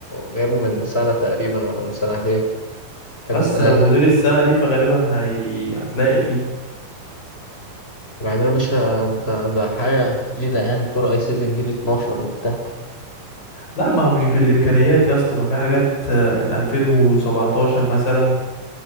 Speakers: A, on the left; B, on the left.
A: جايبه من سنة تقريبا ولا من سنتين كان
B: بس
A: لسه نازل
B: لو موديل السنة دي فغالبا هي... هتلاقي فيه
A: وبعدين يا باشا ده, ده حاجة تقيلة يعني كورة اي 7 جيل 12 وبتاع
B: لا ما هو مش بالإمكانيات يا اسطى ما في حاجات من 2017 مثلا